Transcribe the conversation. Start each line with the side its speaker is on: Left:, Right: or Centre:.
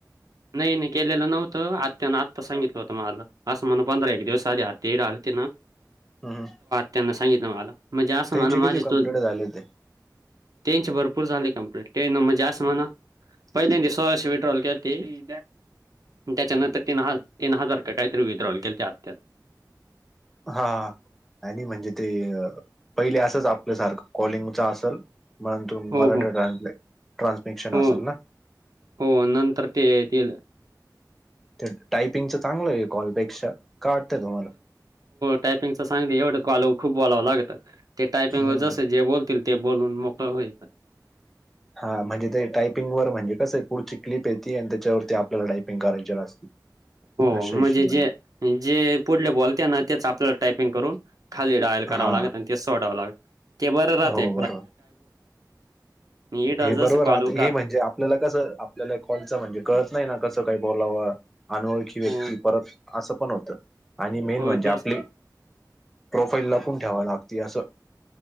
Right: नाही नाही केलेलं नव्हतं आत्तं आत्ता सांगितलं होतं मला असं म्हणून पंधरा एक दिवस आधी आत्ता येडली
Centre: हम्म.
Right: त्यांना सांगितलं मला म्हणजे आं
Centre: त्यांचे
Right: म्हण माझी
Centre: किती
Right: चुल
Centre: कंप्लीट झाले होते
Right: टनची भरपूर झाली कंप्लीट तेन मग जास्त म्हणा पहिल्या सोळाशे पेट्रोल केले त्याच्यानंतर तीन ह तीन हजार का काहीतरी विदड्रॉल केल त्या आत्यात
Centre: हा आणि म्हणजे ते पहिले असंच आपल्यासारखं कॉलिंगचा असेल म्हण त
Right: हो,
Centre: मराठाान
Right: हो,
Centre: ट्रान्समिक्शन
Right: हो,
Centre: असेल ना
Right: हो नंतर ते येले
Centre: ते टायपिंगच चांगलं आहे कॉलपेक्षा का वाटतंय तुम्हाला
Right: टायपिंग चांगल एवढं कॉल खू बोलाव लागतं ते टायपिंग
Centre: हम्म
Right: व जसं जे बोल ते बोलून मोकळ होईात
Centre: हा म्हणजे ते टायपिंग वर म्हणजे कसं आहे पुढची क्लिप येते आणि त्याच्यावरती आपल्याला टायपिंग करायची रा असते
Right: हो
Centre: अशा हिशोबाने
Right: म्हणजे जे जे पुढले बोलते ना तेच आपल्याला टायपिंग करून खाली डायल कराव
Centre: हा
Right: लागत ते सोडावं लाग ते बरं राहते
Centre: हो बरोबर
Right: इकडं
Centre: हे
Right: जसं
Centre: बरोबर
Right: कॉल
Centre: आता
Right: हो का
Centre: हे म्हणजे आपल्याला कसं आपल्याला कॉलचं म्हणजे कळत नाही ना कसं काही बोलावं अनोळखी व्यक्ती
Right: हो,
Centre: परत असं पण होतं आणि मेन
Right: हो
Centre: म्हणजे
Right: तेच.
Centre: आपली प्रोफाईल ला पून ठेवा लागते असं